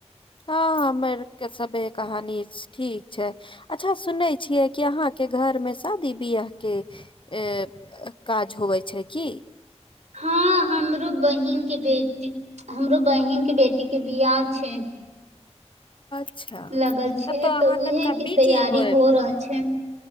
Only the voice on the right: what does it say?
हँ हमरो बहिन के बेटी हमरो बहिन के बेटी के बिआ छै
लगल छै
उहे
के
तैयारी
हो रहल छै